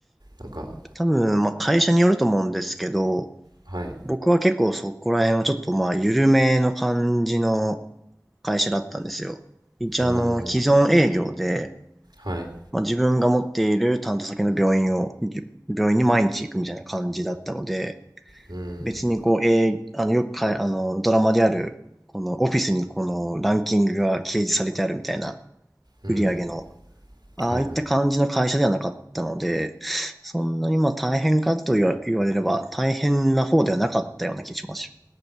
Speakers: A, on the right; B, in the centre.
A: なんか
B: 多分、まあ会社によると思うんですけど、
A: はい
B: 僕は結構そこら辺はちょっとまあ緩めの感じの会社だったんですよ。一応あの、
A: うーん
B: 既存営業で、
A: はい。
B: まあ、自分が持っている担当先の病院を、病院に毎日行くみたいな感じだったので、
A: うーん。
B: 別にこう、えーあの、よくかい、あの、ドラマである、このオフィスにこのランキングが掲示されてあるみたいな
A: うーん。
B: 売り上げの、ああいった感じの会社ではなかったので、
A: はいはい。
B: そんなにまあ大変かと言わ言われれば大変な方ではなかったような気します。